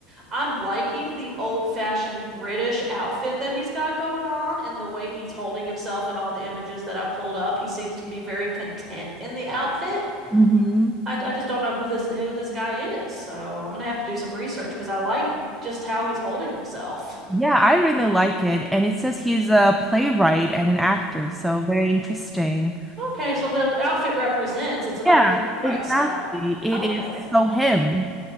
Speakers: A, on the right; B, in the centre.
A: I'm liking the old-fashioned British outfit that he's got going on and the way he's holding himself in all the images that I've pulled up. He seems to be very content in the outfit.
B: hmm
A: I, I just don't know who this who this guy is. So I'm gonna have to do some research because I like just how he's holding himself.
B: Yeah, I really like it. And it says he's a playwright and an actor, so very interesting.
A: Okay, so the outfit represents it's an
B: Yeah,
A: old playwright
B: exactly.
A: style.
B: It
A: Okay.
B: is so him.